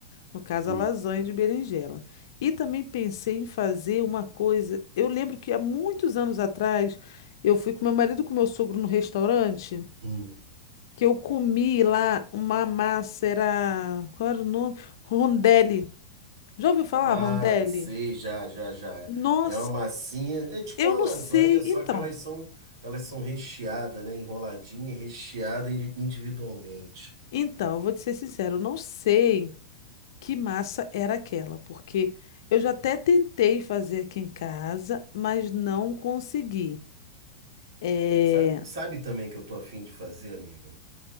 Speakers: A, on the left; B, on the right.
A: No caso,
B: hum,
A: a lasanha de berinjela. E também pensei em fazer uma coisa. Eu lembro que há muitos anos atrás eu fui com meu marido e com meu sogro no restaurante.
B: hum.
A: que eu comi lá uma massa, era. Qual era o nome? Rondelli. Já ouviu falar
B: Ah,
A: rondelli?
B: sei, já, já, já.
A: Nossa,
B: É uma massinha, é tipo
A: eu
B: uma
A: não
B: lasanha,
A: sei.
B: só
A: Então,
B: que elas são, elas são recheadas, né? Enroladinha, e recheada indi- individualmente.
A: então, eu vou te ser sincero, eu não sei que massa era aquela, porque eu já até tentei fazer aqui em casa, mas não consegui. É.
B: Sabe, sabe também que eu tô afim de fazer, amiga?